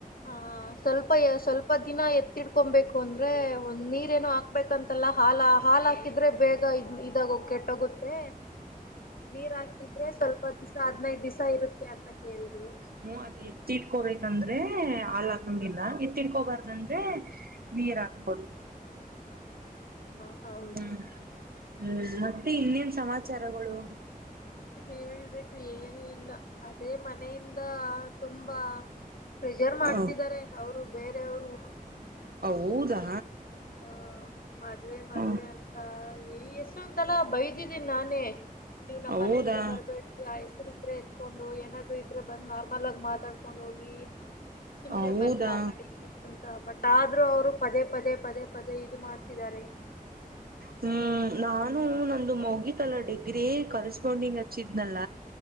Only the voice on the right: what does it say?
ಹ್ಮ ಅದ ಎತ್ತಿಟ್ಕೋಬೇಕಂದ್ರೆ ಹಲ್ಲ ತುಂಬಿಲ್ಲ ಎತ್ತಿಟ್ಕೋಬಾರ್ದಂದ್ರೆ ನೀರ್ ಹಾಕಬಹುದು
ಹ್ಮ್ ಹ್ಮ್ ಮತ್ತೆ ಇನ್ನೇನ್ ಸಮಾಚಾರಗಳು
ಹ
ಹೌದಾ
ಹ್ಮ
ಹೌದಾ
ಹೌದಾ
ಹ್ಮ್ ನಾನು ನಂದು ಮೌಗಿ ತಲ್ಲ ಡಿಗ್ರಿ ಕರೆಸ್ಪಾಂಡಿಂಗ್ ಹಚ್ಚಿದ್ನಲ್ಲ